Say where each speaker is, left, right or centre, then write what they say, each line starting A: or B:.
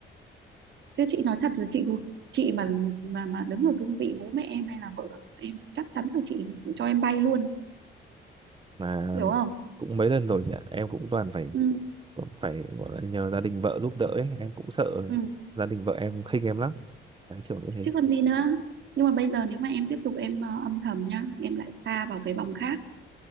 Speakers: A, on the right (about 65°); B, on the right (about 25°).
A: chứ chị nói thật rồi chị chị mà mà mà đứng ở cương vị bố mẹ em hay là vợ em thì chắc chắn là chị cho em bay luôn
B: mà
A: hiểu không
B: cũng mấy lần rồi nhỉ em cũng toàn phải
A: ừ,
B: còn phải gọi là nhờ gia đình vợ giúp đỡ ấy. em cũng sợ
A: ừ.
B: gia đình vợ em khinh em lắm đấy kiểu như thế
A: chứ còn gì nữa nhưng mà bây giờ nếu mà em tiếp tục em ờ, âm thầm nhá em lại xa vào cái vòng khác